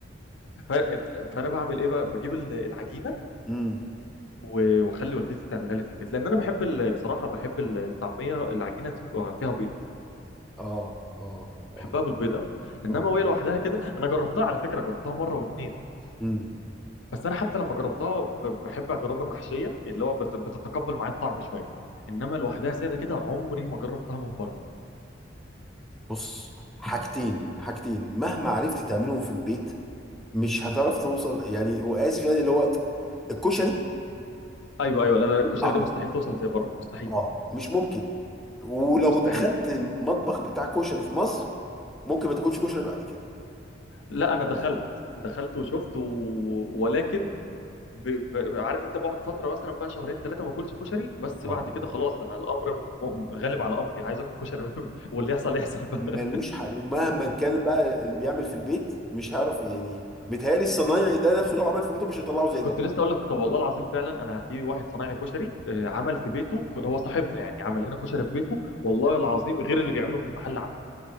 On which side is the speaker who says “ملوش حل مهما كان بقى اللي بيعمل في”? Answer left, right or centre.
Centre